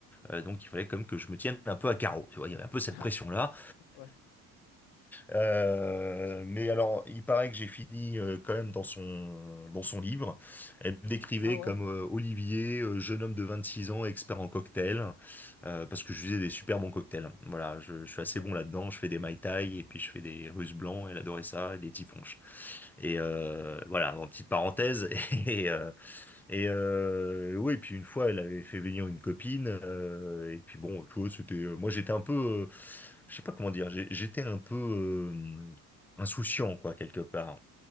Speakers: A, in the centre; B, on the left.
A: Euh, donc, il fallait comme que je me tienne un peu à carreau. Tu vois, il y avait un peu cette
B: <laughs>
A: pression-là.
B: Ouais.
A: Euh, mais alors, il paraît que j'ai fini euh, quand même dans son dans son livre. Elle me décrivait
B: Ah ouais?
A: comme euh, Olivier, euh, jeune homme de 26 ans, expert en cocktail euh, parce que je faisais des super bons cocktails. Voilà, je, je suis
B: OK.
A: assez bon là-dedans. Je fais des Mai Tai et puis je fais des Russes blancs. Elle adorait ça et des typhonches. Et
B: Nice.
A: euh, voilà, en petite parenthèse. <laughs> Et, euh, et euh, oui, et puis une fois, elle avait fait venir une copine. euh, et puis bon, tu vois, c'était. euh, Moi, j'étais un peu, euh, je sais pas comment dire. j'ai- J'étais un peu euh, insouciant, quoi, quelque part.